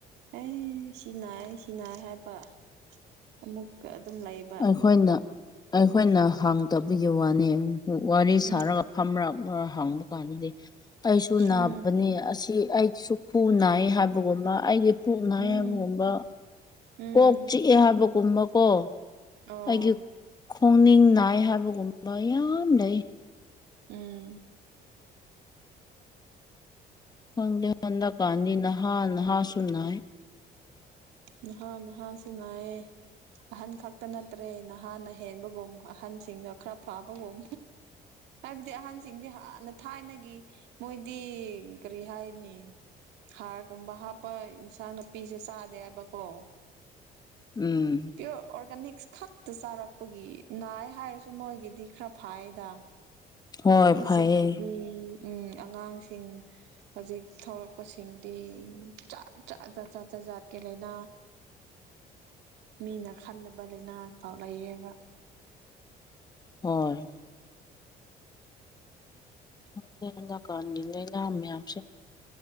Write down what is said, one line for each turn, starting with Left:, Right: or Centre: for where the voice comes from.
Right: ꯑꯦ ꯁꯤ ꯅꯥꯏ ꯁꯤ ꯅꯥꯏ ꯍꯥꯏꯕ ꯑꯃꯨꯛꯀ ꯑꯗꯨꯝ ꯂꯩꯕ
Left: ꯑꯩꯈꯣꯏꯅ ꯑꯩꯈꯣꯏꯅ ꯍꯥꯡꯗꯕꯒꯤ ꯋꯥꯅꯦ ꯋꯥꯔꯤ ꯁꯥꯔꯒ
Right: ꯎꯝ
Left: ꯐꯝ ꯍꯪꯕ ꯀꯥꯟꯗꯗꯤ ꯑꯩꯁꯨ ꯅꯥꯕꯅꯤ
Right: ꯎꯝ
Left: ꯑꯁꯤ ꯑꯩꯁꯨ ꯈꯨ ꯅꯥꯏ ꯍꯥꯏꯕꯒꯨꯝꯕ ꯑꯩꯒꯤ ꯄꯨꯛ ꯅꯥꯏ
Right: ꯎꯝ
Left: ꯍꯥꯏꯕꯒꯨꯝꯕ
Right: ꯎꯝ
Left: ꯀꯣꯛ ꯆꯤꯛꯑꯦ ꯍꯥꯏꯕꯒꯨꯝꯕꯀꯣ
Right: ꯑꯣ
Left: ꯑꯩꯒꯤ ꯈꯣꯡꯅꯤꯡ ꯅꯥꯏ ꯍꯥꯏꯕꯒꯨꯝꯕ ꯌꯥꯝ ꯂꯩ
Right: ꯎꯝ
Left: ꯈꯪꯗꯦ ꯍꯟꯗꯛ ꯀꯥꯟꯗꯤ ꯅꯍꯥ ꯅꯍꯥ ꯁꯨ ꯅꯥꯏ
Right: ꯅꯍꯥ ꯅꯍꯥ ꯁꯨ ꯅꯥꯏꯌꯦ ꯑꯍꯟ ꯈꯛꯇ ꯅꯠꯇ꯭ꯔꯦ ꯅꯍꯥꯅ ꯍꯦꯟꯕꯒꯨꯝ ꯑꯍꯟꯁꯤꯡꯅ ꯈꯔ ꯐꯥꯕꯒꯨꯝ ꯍꯥꯏꯕꯗꯤ ꯑꯍꯟꯁꯤꯡꯗꯤ ꯍꯥꯟꯅ ꯊꯥꯏꯅꯒꯤ ꯃꯣꯏꯗꯤ ꯀꯔꯤ ꯍꯥꯏꯅꯤ ꯍꯥꯔꯒꯨꯝꯕ ꯍꯥꯞꯄ ꯏꯟꯁꯥꯡ ꯅꯥꯄꯤꯁꯨ ꯆꯥꯗꯦ ꯍꯥꯏꯕꯀꯣ
Left: ꯎꯝ
Right: ꯄꯤꯌꯣꯔ ꯑꯣꯔꯒꯥꯅꯤꯛꯁ ꯈꯛꯇ ꯆꯥꯔꯛꯄꯒꯤ ꯅꯥꯏ ꯍꯥꯏꯔꯁꯨ ꯃꯣꯏꯒꯤꯗꯤ ꯈꯔ ꯐꯥꯏꯗ
Left: ꯍꯣꯏ
Right: ꯍꯧꯖꯤꯛꯀꯤꯗꯤ
Left: ꯐꯩꯌꯦ
Right: ꯎꯝ ꯑꯉꯥꯡꯁꯤꯡ ꯍꯧꯖꯤꯛ ꯊꯣꯔꯛꯄꯁꯤꯡꯗꯤ ꯆ ꯖꯠ ꯖꯠ ꯖꯠ ꯖꯠ ꯖꯥꯠꯀꯤ ꯂꯥꯏꯅꯥ
Left: <inaudible> <unintelligible>
Right: ꯃꯤꯅ ꯈꯟꯅꯕ ꯂꯥꯏꯅꯥ ꯄꯥꯎ ꯂꯩꯌꯦꯕ
Left: ꯍꯣꯏ ꯍꯟꯗ ꯍꯟꯗꯛꯀꯥꯟꯒꯤ ꯂꯥꯏꯅꯥ ꯃꯌꯥꯝꯁꯦ